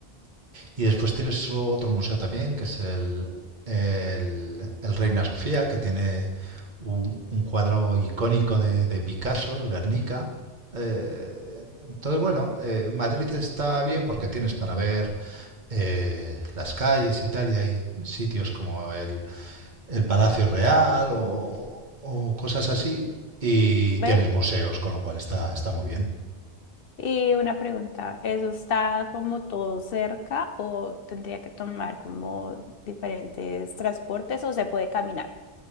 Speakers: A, on the right; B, on the left.
A: Y después tienes otro museo también que es el, el, el Reina Sofía que tiene un, un cuadro icónico de, de, Picasso, el Guernica. Eh, entonces, bueno, eh, Madrid está bien porque tienes para ver eh, las calles y tal, y hay sitios como el, el Palacio Real o, o cosas así. Y
B: Ver,
A: tienes museos, con lo cual está, está muy bien.
B: y una pregunta, ¿eso está como todo cerca o tendría que tomar como diferentes transportes o se puede caminar?